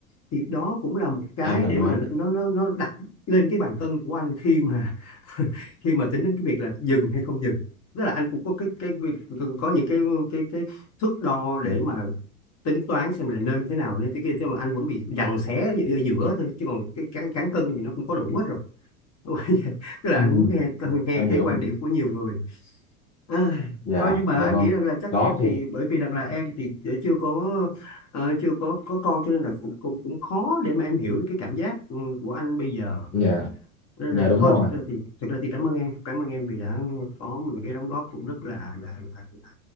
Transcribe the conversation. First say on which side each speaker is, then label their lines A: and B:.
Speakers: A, on the left; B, on the left.
A: thì đó cũng là một cái
B: em đồng
A: để
B: ý
A: mà nó nó nó đặt lên cái bàn cân của anh khi mà khi mà tính đến cái việc là dừng hay không dừng tức là anh cũng có cái cái việc có những cái cái cái thước đo để mà tính toán xem là nên thế nào nên thế kia thế mà anh vẫn bị giằng xé ở giữa thôi chứ còn cái cán cán cân thì nó cũng có đủ hết rồi <laughs> tức là
B: ừ,
A: anh muốn nghe nghe
B: em
A: cái
B: hiểu
A: quan
B: rồi.
A: điểm của nhiều người À,
B: dạ
A: thôi nhưng mà
B: dạ
A: anh
B: vâng
A: nghĩ rằng là chắc
B: đó
A: em thì
B: thì
A: bởi vì rằng là em thì chưa có ờ, chưa có có con cho nên là cũng cũng cũng khó để mà em hiểu được cái cảm giác ừ, của anh bây giờ
B: dạ
A: nên
B: dạ
A: là
B: đúng
A: thôi
B: rồi
A: thực ra thì thực ra thì cảm ơn em cảm ơn em vì đã có một cái đóng góp cũng rất là là, là, là